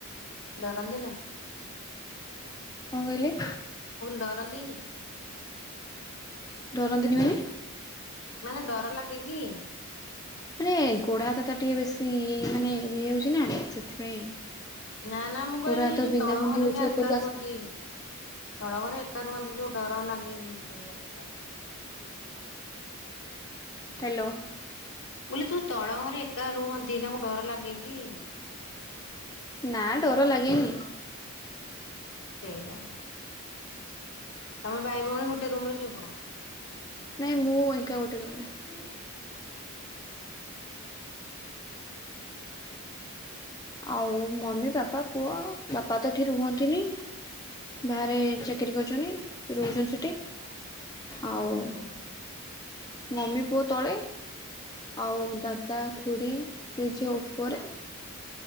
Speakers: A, on the left; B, on the left.
A: ଡରନ୍ତି ନା?
B: କଣ କଇଲେ?
A: ଡରନ୍ତିନି?
B: ଡରନ୍ତିନି ମାନେ
A: ମାନେ ଡର ଲାଗେ କି?
B: ମାନେ ଗୋଡ଼ ହାତ ତାର ଟିକେ ବେଶୀ ମାନେ ଇଏ ହଉଚି ନା ସେଥିପାଇଁ
A: ନା ନା ମୁଁ
B: ଗୋଡ
A: କଇଲି
B: ହାତ
A: ଏଇ ଯୋଉ
B: ବିନ୍ଧା
A: ତଳ
B: ବିନ୍ଧି
A: ଘରେ
B: ହଉଛି
A: ଯାହା
B: ଉପରକୁ
A: ଏକା ରୁହନ୍ତି
B: ଆସି
A: ତଳ ଘରେ ଏକା ରୁହନ୍ତି ଯୋଉ ଡର ଲାଗେ କି ସେଇଆ ପଚାରୁଚି?
B: ହାଲୋ।
A: ବୋଇଲେ ତୁ ତଳ ଘରେ ଏକା ରୁହନ୍ତି ତାଙ୍କୁ ଡର ଲାଗେ କି?
B: ନା ଡର ଲାଗେନି।
A: ହଁ ସେଇଆ। ତମେ ଭାଇ ଭଉଣୀ ଗୋଟେ ରମରେ ସୋଇପଡ଼।
B: ନାଇଁ ମୁଁ ଏଙ୍କା ଗୋଟେ ରୁମରେ।
A: ଓହୋ।
B: ଆଉ ମମି ବାପା ପୁଅ ବାପା ତ ଏଠି ରୁହନ୍ତିନି। ବାହାରେ ଚାକିରି କରୁଛନ୍ତି ସେ ରହୁଛନ୍ତି ସେଠି ଆଉ
A: ଓହୋ
B: ମମି ପୁଅ ତଳେ ଆଉ ଦାଦା ଖୁଡି ସେ ଝିଅ ଉପରେ